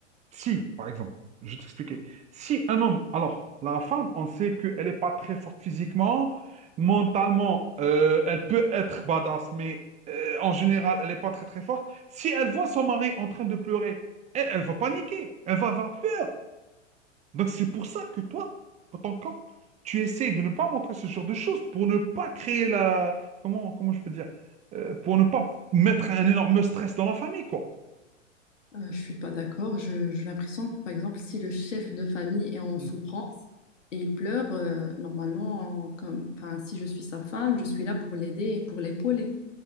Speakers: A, on the right; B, on the left.
A: Si, par exemple, je vais t'expliquer. Si un homme, alors, la femme, on sait qu'elle n'est pas très forte physiquement, mentalement, euh, elle peut être badass, mais euh, en général, elle n'est pas très très forte. Si elle voit son mari en train de pleurer, elle, elle va paniquer, elle va avoir peur. Donc c'est pour ça que toi, en tant qu'homme, tu essayes de ne pas montrer ce genre de choses pour ne pas créer la... Comment, comment je peux dire? Euh, pour ne pas mettre un énorme stress dans la famille, quoi.
B: euh, je suis pas d'accord. Je- J'ai l'impression que, par exemple, si le chef de famille est en
A: Hmm.
B: souffrance et il pleure, euh, normalement, en- comme, enfin, si je suis sa femme, je suis là pour l'aider et pour l'épauler.